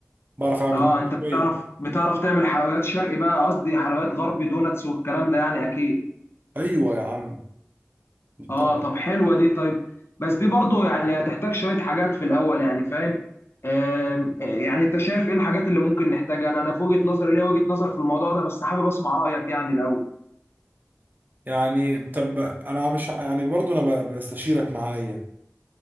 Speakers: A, on the right; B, on the left.
A: بعرف اعمل
B: اه
A: الدوناتس
B: انت بتعرف
A: كويس
B: بتعرف تعمل حلويات شرقي بقى قصدي حلويات غربي دوناتس والكلام ده يعني اكيد
A: ايوه يا عم انت
B: اه طب حلوه دي طيب بس دي برضو يعني هتحتاج شويه حاجات في الاول يعني فاهم آم، يعني انت شايف ايه الحاجات اللي ممكن نحتاجها انا انا في وجهه نظري ليا وجهه نظر في الموضوع ده بس حابب اسمع رايك يعني الاول
A: يعني انت ب... انا مش ع- يعني برضو انا ب... بستشيرك معايا